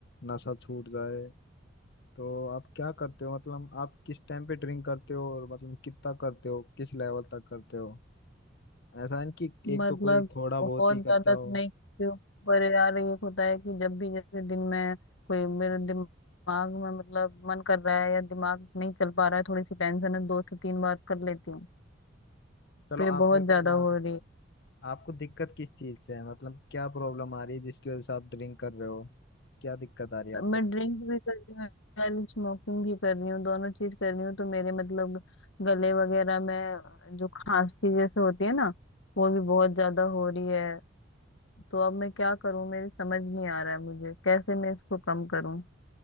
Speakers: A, on the left; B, on the left.
A: नशा छूट जाए तो आप क्या करते हो मतलब आप किस टाइम पे ड्रिंक करते हो और मतलब कितना करते हो किस लेवल तक करते हो ऐसा है ना कि
B: मतलब
A: एक तो कोई थोड़ा बहुत
B: बहुत
A: ही करता
B: ज्यादा
A: हो
B: तो नहीं पीती हूँ पर यार ये होता है कि जब भी जैसे दिन में कोई मेरे दिमाग में मतलब मन कर रहा है या दिमाग नहीं चल पा रहा है थोड़ी सी टेंशन है दो से तीन बार कर लेती हूँ
A: चलो
B: तो ये
A: आप
B: बहुत
A: मेरे को
B: ज्यादा
A: एक बात
B: हो
A: बताओ
B: रही है
A: आपको दिक्कत किस चीज़ से है मतलब क्या प्रॉब्लम आ रही है जिसकी वजह से आप ड्रिंक कर रहे हो क्या दिक्कत आ रही है आपको
B: मैं ड्रिंक भी कर रही हूँ यार स्मोकिंग भी कर रही हूँ दोनों चीज कर रही हूँ तो मेरे मतलब गले वगैरह में जो खांसी जैसे होती है ना वो भी बहुत ज्यादा हो रही है तो अब मैं क्या करूं मेरे समझ नहीं आ रहा है मुझे कैसे मैं इसको कम करूं